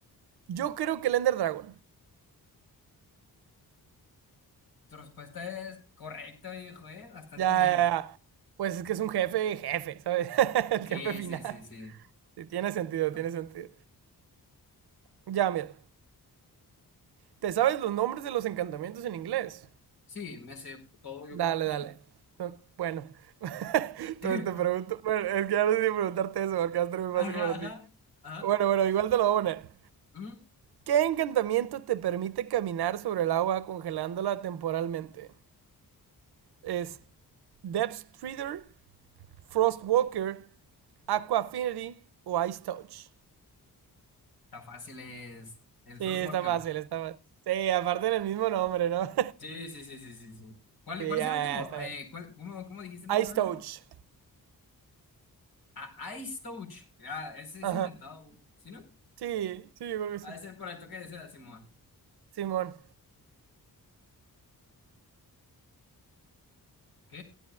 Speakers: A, on the right; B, on the left.
A: Yo creo que el Ender Dragon.
B: Tu respuesta es correcta, viejo, ¿eh? Bastante
A: Ya,
B: bien.
A: ya, ya. Pues es que es un jefe, jefe, ¿sabes? <laughs> el
B: Sí,
A: jefe final.
B: sí, sí, sí.
A: Sí, tiene sentido,
B: Ah,
A: tiene sentido. Ya, mira. ¿Te sabes los nombres de los encantamientos en inglés?
B: Sí, me sé todo, yo
A: Dale,
B: creo.
A: dale. No, Bueno, <laughs> entonces
B: <laughs>
A: te pregunto. Bueno, es que ya no sé si preguntarte eso porque va a estar muy
B: Ajá,
A: fácil para
B: ajá.
A: ti.
B: Ajá.
A: Bueno, bueno, igual te lo voy a poner.
B: Ujú.
A: ¿Qué encantamiento te permite caminar sobre el agua congelándola temporalmente? ¿Es Depth Treader, Frost Walker, Aqua Affinity o Ice Touch?
B: Tan fácil es el Frostwalker.
A: Sí, está fácil, está fácil. Sí, aparte del mismo nombre, ¿no? <laughs>
B: Sí, sí, sí, sí, sí, sí. ¿Cuál,
A: Sí,
B: cuál es
A: ya,
B: el último?
A: ya, está
B: Eh,
A: bien.
B: ¿cuál- cómo, cómo dijiste el nombre
A: Ice
B: del
A: Touch.
B: último? Ah, Ice Touch. Ya, ese es
A: Ajá.
B: inventado, ¿sí no?
A: Sí, sí, yo creo que
B: Ha
A: sí.
B: de ser por el toque de seda, Simón.
A: Simón.
B: Ok.